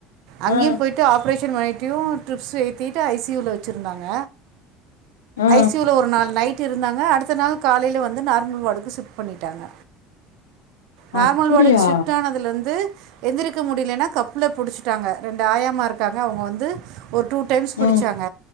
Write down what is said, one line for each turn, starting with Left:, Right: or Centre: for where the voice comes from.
Right: அங்கேயும்
Left: ஆ
Right: போயிட்டு ஆப் ஆப்ரேஷன் பணிட்டு ட்ரிப்ஸ் ஏத்திட்டு ஐ சி யூவுல வச்சுருந்தாங்க
Left: ஆ
Right: ஐசியூல ஒரு நாள் நைட் இருந்தாங்க அடுத்த நாள் காலையல வந்து நார்மல் வாடுக்கு ஷிஃப்ட் பண்ணிட்டாங்க நார்மல்
Left: அப்டியா
Right: வாடுக்கு ஷிஃப்ட் ஆனதுலந்து எந்திரிக்க முடியலனா கப்புல புடிச்சு ட்டங்க ரெண்டு ஆயம்மா இருக்காங்க அவுங்க வந்து ஒரு டூ டைம்ஸ் பிடிச்சாங்க
Left: ம்